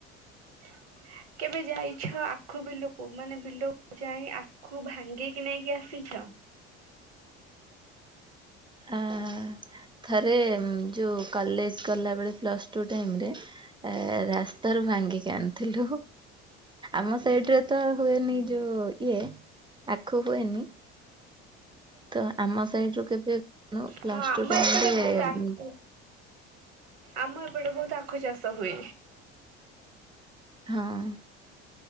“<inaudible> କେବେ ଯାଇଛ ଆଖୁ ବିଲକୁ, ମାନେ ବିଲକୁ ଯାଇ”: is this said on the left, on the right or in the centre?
Right